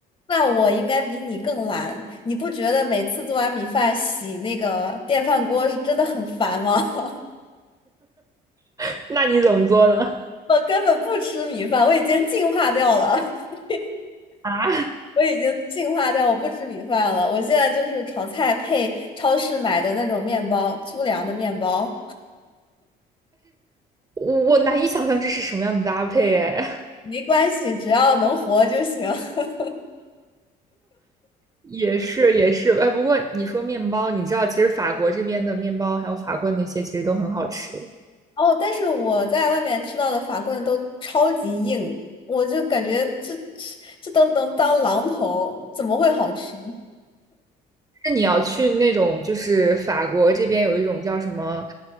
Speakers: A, on the left (about 30°); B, on the right (about 20°).
A: 那我应该比你更懒，你不觉得每次做完米饭洗那个电饭锅是真的很烦吗？<laughs>
B: <laughs> 那你怎么做呢？
A: 我根本不吃米饭，我已经进化掉了，<laughs>
B: <laughs> 啊，
A: 我已经进化掉，我不吃米饭了。我现在就是炒菜配超市买的那种面包，粗粮的面包，
B: 我我难以想象这是什么样的搭配哎。<laughs>
A: 没关系，只要能活就行。<laughs>
B: 也是也是，哎，不过你说面包，你知道其实法国这边的面包还有法棍那些其实都很好吃。
A: 哦，但是我在外面吃到的法棍都超级硬，我就感觉这这这都能当榔头，怎么会好吃？
B: 那你要去那种，就是法国这边有一种叫什么，